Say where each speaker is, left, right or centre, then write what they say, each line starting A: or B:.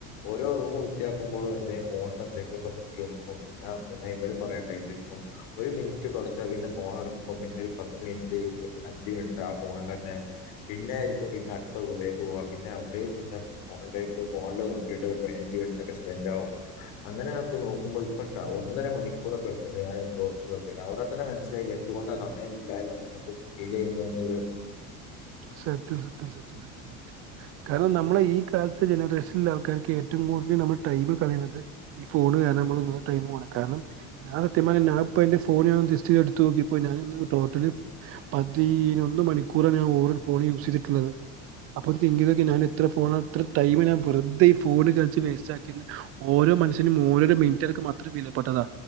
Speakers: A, on the left; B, on the right.
A: ഓരോ റൂമ് വൃത്തിയാക്കുമ്പോഴും എന്തേ ഫോണിലെന്തെങ്കിലൊക്കെ നോക്കി ന പിന്നെ പിന്നെ ഇ പറയാൻ <unintelligible> ഒരു മിനിറ്റ് തുടച്ച പിന്നെ ഫോൺ എടുക്കുമ്പോ പിന്നെ ഒരു പത്ത് മിനിറ്റ് അഞ്ച് മിനിറ്റ് ആ ഫോണ പിന്നെ ആയിരിക്ക പിന്നെ അടുത്ത ഉപേക്ക് പോവാ പിന്നെ അവിടെയും പിന്നെ ഫോണിലേക്ക് ഫോണിൽ നോക്കി െ സ്പെൻറ് ആകും അങ്ങനൊ ക്കെ നോക്കുമ്പോ ഇ ഒന്നര മണിക്കൂറൊക്കെ എടുക്കണ്ട്ഞ തോോർത്തി അവടെ തന്നെ മനസ്സിലായി എന്തുകൊണ്ടാ സമയം ഇല്ലായ്മ അങ്ങോട്ട് ഫീൽ ചെയ്യുന്നത്
B: സത്യം സത്യം സത്യം സത്യം സത്യം കാരണം നമ്മളെ ഈ കാലത്തെ ജനറേഷനിലെ ആൾക്കാർക്ക് ഏറ്റവും <unintelligible> നമ്മടെ ടൈം കളയണത് ഫോണ് കാരണ ടൈം പോണേ കാരണം ഞാൻ സത്യം പർഞാ എന്റെ ഫോണ് ഞാൻ ജസ്റ്റ്‌ എട്ത് നോക്കിയപ്പോ ഞാാനൊന്ന് ടോട്ടല് പതിനൊന്ന് മണിക്കൂറണ് ഞാൻ ഓർ ഫോൺ യൂസ് ചെയ്തിട്ടുള്ളത് അപ്പൊ തിങ്കതൊക്കെ ഞൻ എ ഫോണത്ര ടൈം ഞാൻ വെറതെ ഈ ഫോണ് കള്ച് വേസ്റ്റ് ആക്കിണ് ഓരോ രോ മനുഷ്യനും മൂന്നരു മിനിറ്റ്ക്ക് മാത്രം വിലപ്പെട്ടതാ